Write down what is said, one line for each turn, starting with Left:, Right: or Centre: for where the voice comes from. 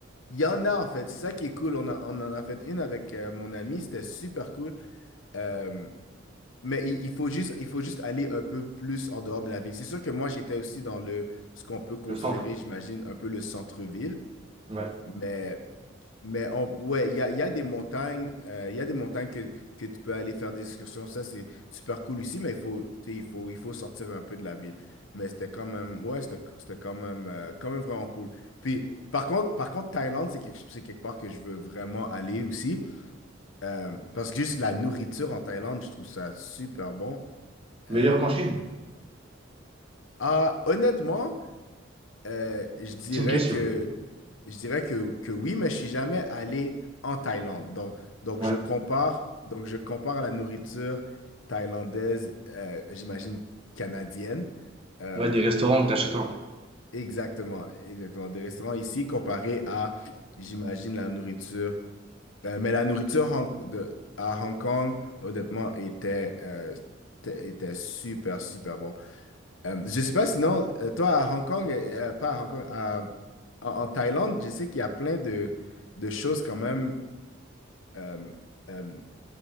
Left: Il y en a, en fait. C'est ça qui est cool. On, a- on en a fait une avec euh, mon ami. C'était super cool. Euh, mais il, il faut juste, il faut juste aller un peu plus en dehors de la ville. C'est sûr que moi, j'étais aussi dans le, ce qu'on peut considérer,
Right: le centre.
Left: j'imagine, un peu le centre-ville.
Right: Ouais.
Left: Mais Mais on, ouais, il y a, il y a des montagnes, euh, il y a des montagnes que, que tu peux aller faire des excursions. Ça, c'est super cool aussi, mais il faut, tu sais, il faut, il faut sortir un peu de la ville. Mais c'était quand même, ouais, c'était c'était quand même, euh, quand même vraiment cool. Puis, par contre, par contre, Thaïlande, c'est quelque, c'est quelque part que je veux vraiment aller aussi. Euh, parce que juste la nourriture en Thaïlande, je trouve ça super bon.
Right: Meilleur
Left: Euh,
Right: qu'en Chine
Left: ah, honnêtement, Euh, je dirais
Right: C'est une question.
Left: que, je dirais que, que oui, mais je suis jamais allé en Thaïlande. Donc, donc
Right: Ouais.
Left: je compare, donc je compare la nourriture thaïlandaise, euh, j'imagine canadienne. Euh,
Right: Ouais, des restaurants que t'as chez toi.
Left: exactement, exactement. Des restaurants ici comparés à, j'imagine, la nourriture. Euh, mais la nourriture Hong- de- à Hong Kong, honnêtement, était, euh, était était super, super bon. Euh, je sais pas, sinon, euh, toi à Hong Kong, euh, euh, pas à Hong Kong, à- en, en Thaïlande, je sais qu'il y a plein de, de choses quand même euh, euh,